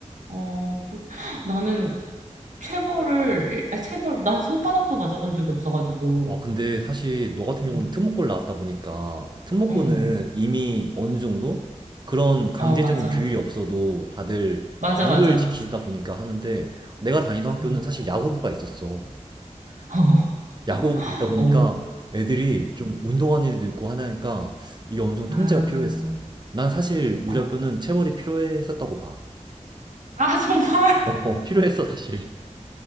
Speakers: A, on the right; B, on the right.
A: 어, 그렇 나는 체벌을, 일- 아, 체벌, 난 손바닥도 맞아본 적이 없어가지고.
B: 아, 근데 사실 너 같은 경우는
A: 음.
B: 특목고를 나왔다 보니까 특목고는
A: 응,
B: 이미 어느 정도 그런 강제적인
A: 어, 맞아.
B: 규율이 없어도 다들
A: 맞아,
B: 룰을
A: 맞아.
B: 지키다 보니까 하는데 내가 다니던 학교는
A: 응.
B: 사실 야구부가 있었어.
A: <laughs> 어,
B: 야구부가 있다 보니까
A: 어.
B: 애들이 좀 운동하는 애도 있고 하니까 이게 어느 정도
A: 아,
B: 통제가 필요했어. 난 사실 우리
A: 아,
B: 학교는 체벌이 필요했었다고 봐.
A: 아, 정말?
B: 어, 필요했어, 사실.